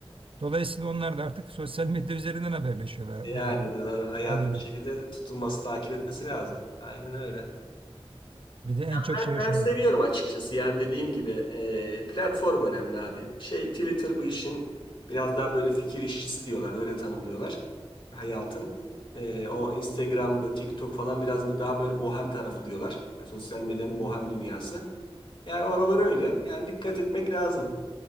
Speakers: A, on the right; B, on the left.
A: Dolayısıyla onlar da artık sosyal medya üzerinden haberleşiyorlar
B: Yani
A: ha,
B: doğru. Hayatı
A: haliyle.
B: bir şekilde tutunması, takip etmesi lazım. Aynen öyle.
A: Bir de en
B: Ben,
A: çok şey
B: ben
A: hoşuna
B: seviyorum
A: gidiyor.
B: açıkçası. Yani dediğim gibi e, platform önemli abi. Şey Twitter bu işin biraz daha böyle fikir işçisi diyorlar. Öyle tanımlıyorlar hayatın. E, o Instagram'da, TikTok falan biraz daha böyle bohem tarafı diyorlar. E, sosyal medyanın bohem dünyası. Yani oralar öyle. Yani dikkat etmek lazım.